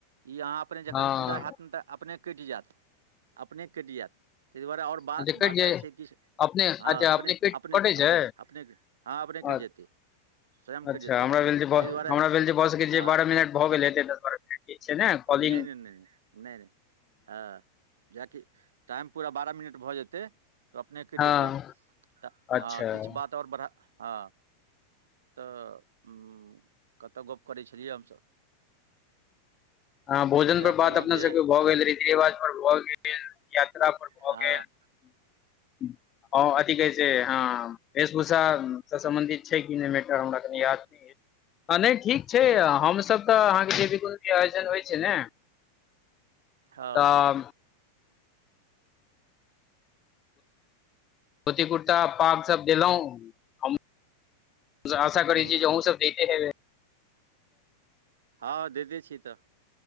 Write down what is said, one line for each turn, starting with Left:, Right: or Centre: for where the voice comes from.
Right: ई अहाँ अपने जखन
Left: हँ
Right: पूरा हैत ने तऽ अपने कटि जाएत। अपने कटि जाएत, ताहि दुआरे आओर बा
Left: अच्छा कटि
Right: वार्ता
Left: जाय
Right: जे छै किछु
Left: अपने
Right: हँ
Left: अच्छा अपने कटि कटैत
Right: अपने
Left: छै?
Right: अपने हँ अपने कटि
Left: अ
Right: जेतै स्वयं
Left: अच्छा,
Right: कटि जेतै
Left: हमरा भेल जे भऽ
Right: ताहि दुआरे
Left: हमरा भेल जे भऽ सकै
Right: हँ
Left: बारह मिनट भऽ गेल हेतै दस-बारह मिनट। जे छै ने कॉलिंग
Right: नहि नहि नहि नहि, नहि नहि। हँ। जाँय कि टाइम पूरा बारह मिनट भऽ जेतै, तऽ अपने कटि
Left: हँ
Right: जेतै। तऽ हँ,
Left: अच्छा
Right: किछु बात आओर बढ़ा- हँ। तऽ उम्म कतय गप्प करैत छलियै हमसभ?
Left: हँ भोजनपर
Right: तऽ उएह
Left: बात
Right: कहलहुँ
Left: अपना
Right: जे
Left: सभके भऽ गेल, रीति-रिवाजपर भऽ गेल। यात्रापर भऽ
Right: हँ
Left: गेल। हँ अथि कहैत छै से हँ। वेशभूषासँ सम्बन्धित छै कि नहि मैटर हमरा कनि याद नहि अछि। हँ नहि ठीक छै,
Right: हँ
Left: हमसभ तऽ अहाँके जे भी कोनो भी आयोजन होइत छै ने
Right: हँ
Left: तब धोती-कुर्ता, पागसभ देलहुँ, हम आशा करैत
Right: हँ
Left: छी जे अहुँ सभ दैते हेबै।
Right: हँ, दैते छियै तऽ।